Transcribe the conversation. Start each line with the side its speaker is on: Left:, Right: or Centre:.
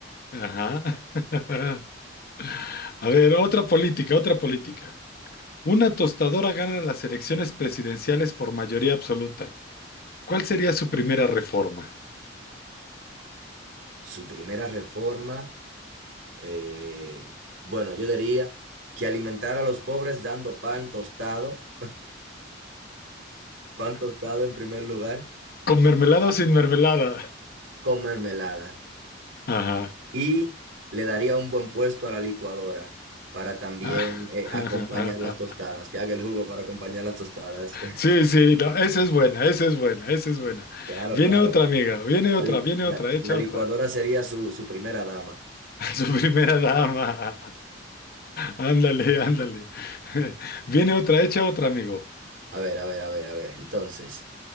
Left: Ajá. <laughs> A ver, otra política, otra política. Una tostadora gana las elecciones presidenciales por mayoría absoluta. ¿Cuál sería su primera reforma?
Right: Su primera reforma, eh, bueno, yo diría que alimentar a los pobres dando pan tostado, pan tostado en primer lugar.
Left: ¿Con mermelada o sin mermelada?
Right: con mermelada
Left: <laughs> Ajá.
Right: y le daría un buen puesto a la licuadora para también
Left: <laughs>
Right: eh, acompañar las tostadas, que haga el jugo para acompañar las tostadas. <laughs>
Left: Sí, sí, no, esa es buena, esa es buena, esa es buena.
Right: Claro,
Left: Viene
Right: claro.
Left: otra, amiga, viene
Right: La,
Left: otra,
Right: li-
Left: viene
Right: la-
Left: otra, echa
Right: la licuadora
Left: otra.
Right: sería su, su primera dama.
Left: <laughs> A su primera dama. Ándale, ándale. <laughs> Viene otra, hecha otra, amigo.
Right: A ver, a ver, a ver, a ver. Entonces,